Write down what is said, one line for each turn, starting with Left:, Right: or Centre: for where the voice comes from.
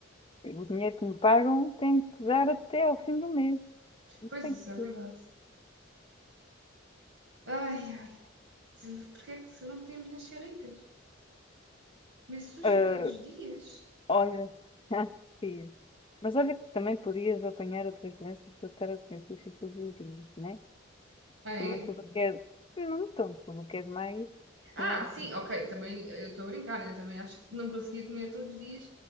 Left: O dinheiro que me pagam tem que dar até ao fim do mês. Isso
Right: Pois
Left: tem
Right: isso,
Left: que
Right: é verdade.
Left: ser.
Right: Ai, olha, porquê é que não podíamos nascer ricas? Comer sushi
Left: Eh,
Right: todos os dias?
Left: olha, <laughs> fiz. Mas olha que também podias apanhar outras doenças para estar a doenças todos os dias, né?
Right: Ah,
Left: Também
Right: é?
Left: tudo o que é. Não tanto, tudo o que é demais,
Right: Ah,
Left: também.
Right: sim, ok, também eu estou a brincar, eu também acho que não conseguia comer todos os dias.